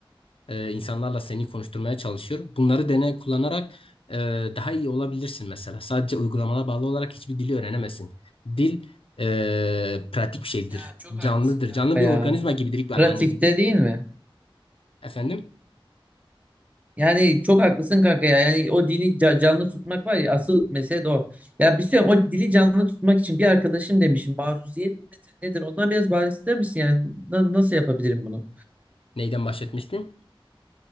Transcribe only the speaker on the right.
Ya çok
haklısın kanka
ya.
Pratikte
değil mi?
Yani çok haklısın kanka ya. Yani o dili ca- canlı tutmak var ya asıl mesele de o. Ya bir şey o dili canlı tutmak için bir arkadaşım demişim maruziyet nedir, nedir? Ondan biraz bahseder misin yani Na- nasıl yapabilirim bunu?